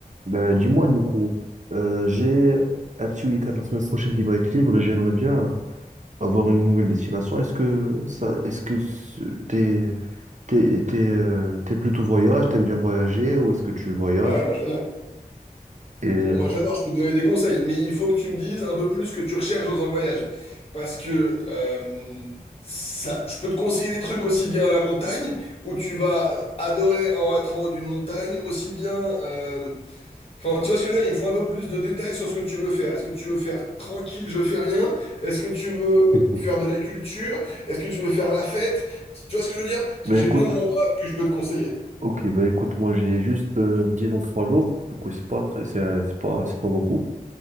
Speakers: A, on the right; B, on the left.
A: Bah, dis-moi du coup, euh, j'ai un petit week-end la semaine prochaine qui va être libre et j'aimerais bien avoir une nouvelle destination. Est-ce que ça, est-ce que ce- t'es, t'es, t'es, euh, t'es plutôt voyage, t'aimes bien voyager ou est-ce que tu voyages?
B: Ah ouais, moi j'adore.
A: Et euh,
B: Moi j'adore, je peux te donner des conseils, mais il faut que tu me dises un peu plus ce que tu recherches dans un voyage. Parce que euh, ça, je peux te conseiller des trucs aussi bien à la montagne, où tu vas adorer en être en haut d'une montagne, aussi bien... euh, Enfin, tu vois ce que je veux dire? Il me faut un peu plus de détails sur ce que tu veux faire. Est-ce que tu veux faire tranquille, je fais rien? Est-ce que tu veux
A: <laughs>
B: faire de la culture? Est-ce que tu veux faire la fête? Tu vois ce que je veux dire? Parce
A: bah,
B: que j'ai
A: écoute,
B: plein d'endroits que je peux te conseiller.
A: ok, bah écoute, moi j'ai juste euh, 10 ans 3 jours, du coup c'est pas très, c'est c'est pas, c'est pas beaucoup.